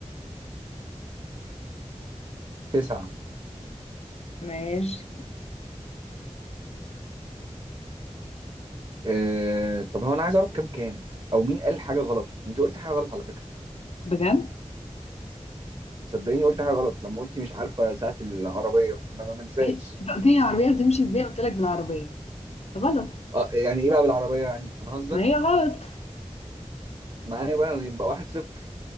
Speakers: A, on the right; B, on the left.
A: تسعة
B: ماشي
A: آه، طب هو انا عايز اعرف كام كام او مين قال حاجه غلط انت قلت حاجه غلط على فكره
B: بجد
A: صدقيني قلت حاجه غلط لما قلتي مش عارفه ساعه العربيه انا ما منساش
B: ما- انت قلت لي العربية بتمشي ازاي قلت لك بالعربية غلط
A: آه، يعني ايه بقى بالعربيه يعني هنهزر
B: ما هي غلط
A: معايا بقى يبقى واحد صفر